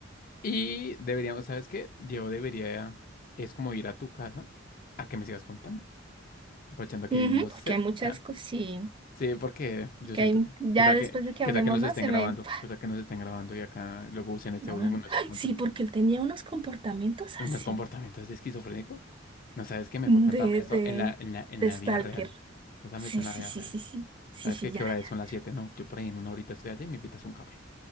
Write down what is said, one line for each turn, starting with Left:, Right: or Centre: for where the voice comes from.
Left: Y deberíamos, ¿sabes qué? Yo debería, es como ir a tu casa a que me sigas contando, aprovechando que
Right: Ujú,
Left: vivimos
Right: porque
Left: cerca.
Right: hay muchas cosas, sí.
Left: Sí, porque yo
Right: Que
Left: siento,
Right: hay, ya
Left: ¿qué tal
Right: después
Left: que,
Right: de que
Left: qué
Right: hablemos
Left: tal que nos
Right: más,
Left: estén
Right: se
Left: grabando?
Right: me... <laughs>
Left: ¿Qué tal
Right: <sighs>
Left: que nos estén grabando y acá luego usen este
Right: No,
Left: audio en
Right: no.
Left: nuestros
Right: Ay,
Left: conta-
Right: Sí, porque él tenía unos comportamientos
Left: en
Right: así.
Left: unos comportamientos de esquizofrénico? No sabes qué, mejor
Right: De,
Left: cuéntame esto
Right: de,
Left: en la, en la, en
Right: de
Left: la
Right: Stalker.
Left: vida real. Cuéntame
Right: Sí,
Left: esto en
Right: sí,
Left: la vida
Right: sí,
Left: real.
Right: sí, sí. Sí,
Left: ¿Sabes
Right: sí,
Left: qué? ¿Qué
Right: ya,
Left: hora es?
Right: ya.
Left: Son las siete ¿no? Yo por ahí en una horita estoy allá y me invitas a un café.